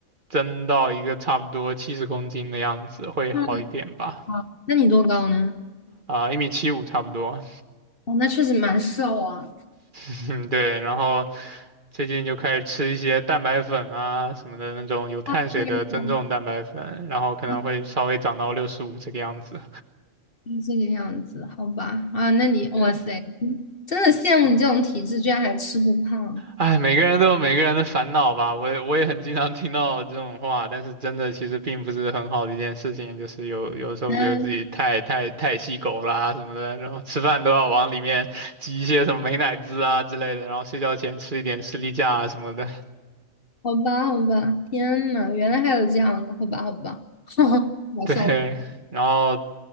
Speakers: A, on the right; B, on the left.
A: 增到一个差不多七十公斤的样子，会好一点吧。
B: 嗯，那你多高呢？
A: 啊，呃一米七五差不多，
B: 哦，那确实蛮瘦啊。
A: <laughs> 嗯，对。然后最近就开始吃一些蛋白粉啊什么的那种有碳水的增重蛋白粉，
B: 啊，对
A: 然后可能会稍微长到六十五这个样子。
B: 啊是这个样子，好吧。啊，那你，哇塞，
A: 对，
B: 真的羡慕你这种体质，居然还吃不胖。
A: 哎，每个人都有每个人的烦恼吧，我也我也很经常听到这种话，但是真的其实并不是很好的一件事情，就是有有时候觉得自己太太太细狗啦、
B: 嗯，
A: 什么的，然后吃饭都要往里面挤一些什么美乃滋啊之类的，然后睡觉前吃一点士力架啊什么的。
B: 好吧，好吧。天呐，原来还有这样的，好吧，好吧。<laughs> 搞笑了。
A: 对，然后